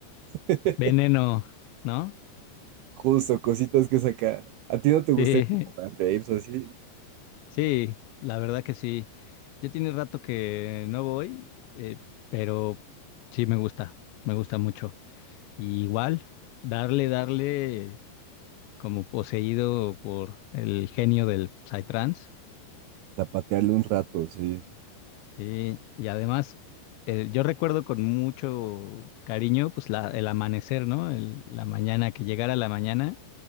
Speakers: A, on the right; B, on the left.
A: <laughs>
B: Veneno, ¿no?
A: Justo, cositas que sacar. ¿A ti no te gusta
B: Sí,
A: ir como a raves o así?
B: <laughs> sí, la verdad que sí. Ya tiene rato que no voy, eh, pero sí me gusta, me gusta mucho. Y igual, darle, darle como poseído por el genio del Psytrance.
A: Zapatearle un rato, sí.
B: Sí, y además, eh, yo recuerdo con mucho cariño, pues la, el amanecer, ¿no? El- la mañana, que llegara la mañana